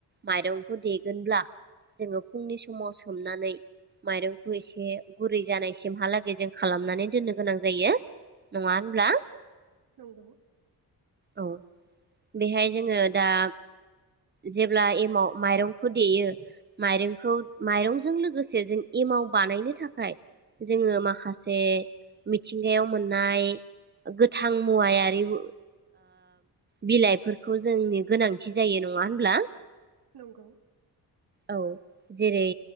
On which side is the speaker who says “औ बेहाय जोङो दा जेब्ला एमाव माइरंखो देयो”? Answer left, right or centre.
Right